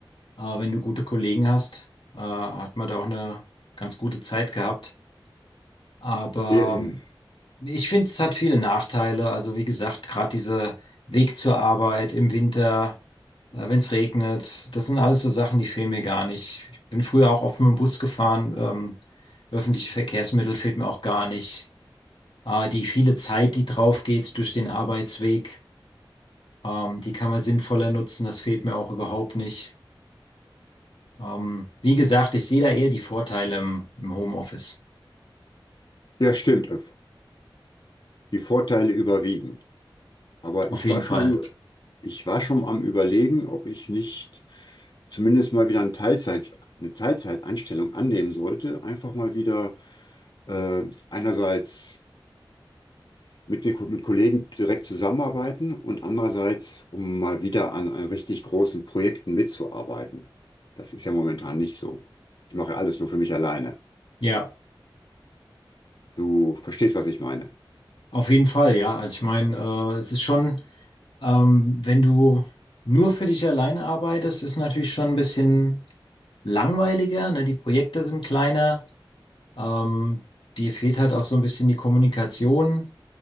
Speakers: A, on the left; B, on the left.
A: Aber wenn du gute Kollegen hast, äh, hat man da auch eine ganz gute Zeit gehabt. Aber
B: Ja, äh,
A: Nee, Ich finde, es hat viele Nachteile. Also wie gesagt, gerade dieser Weg zur Arbeit im Winter, äh, wenn es regnet, das sind alles so Sachen, die fehlen mir gar nicht. Ich bin früher auch oft mit dem Bus gefahren. Ähm, öffentliche Verkehrsmittel fehlt mir auch gar nicht. Äh, die viele Zeit, die drauf geht durch den Arbeitsweg, ähm, die kann man sinnvoller nutzen. Das fehlt mir auch überhaupt nicht. Ähm, wie gesagt, ich sehe da eher die Vorteile im, im Homeoffice.
B: ja, stimmt. äh, Die Vorteile überwiegen. Aber
A: Auf
B: ich
A: jeden
B: war
A: Fall.
B: schon über, ich war schon am Überlegen, ob ich nicht zumindest mal wieder eine Teilzeit, eine Teilzeitanstellung annehmen sollte. Einfach mal wieder, äh, einerseits mit, den Ko- mit Kollegen direkt zusammenarbeiten und andererseits, um mal wieder an, an richtig großen Projekten mitzuarbeiten. Das ist ja momentan nicht so. Ich mache ja alles nur für mich alleine.
A: Ja,
B: Du verstehst, was ich meine.
A: auf jeden Fall, ja. Also ich meine, äh, es ist schon. Ähm, wenn du nur für dich alleine arbeitest, ist natürlich schon ein bisschen langweiliger, ne? Die Projekte sind kleiner, ähm, dir fehlt halt auch so ein bisschen die Kommunikation.